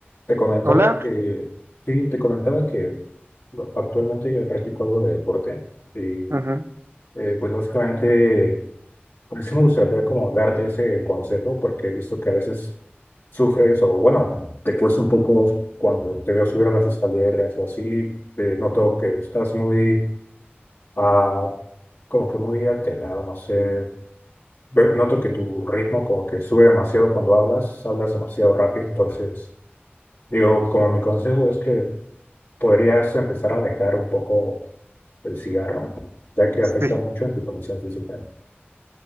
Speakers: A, on the left; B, on the right.
A: Te comentaba
B: Hola.
A: que, sí, te comentaba que bueno, actualmente yo practico algo de deporte y
B: Ujú.
A: eh, pues básicamente, pues sí me gustaría como darte ese consejo porque he visto que a veces sufres o bueno, te cuesta un poco cuando te veo subir a las escaleras o así, eh, noto que estás muy, ah, como que muy alterado, no sé, Ve- noto que tu ritmo como que sube demasiado cuando hablas, hablas demasiado rápido, entonces digo, como mi consejo es que podrías empezar a dejar un poco el cigarro, ya que
B: Sí,
A: afecta mucho en tu condición física.